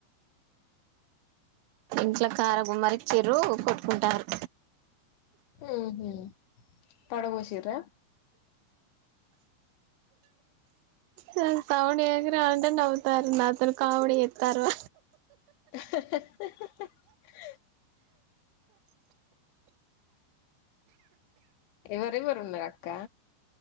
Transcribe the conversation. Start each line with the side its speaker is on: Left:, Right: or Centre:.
Right: ఇంట్లో కారం గుమ్మరిచ్చిర్రు కొట్టుకుంటార్రు
Left: ఊహూ పడబోసిర్రా
Right: నేను సౌండ్ చేసినా అంటే నవ్వుతారు నాతోనీ కామెడీ చేత్తార్రు
Left: <inaudible> ఎవరెవైరున్నారు అక్క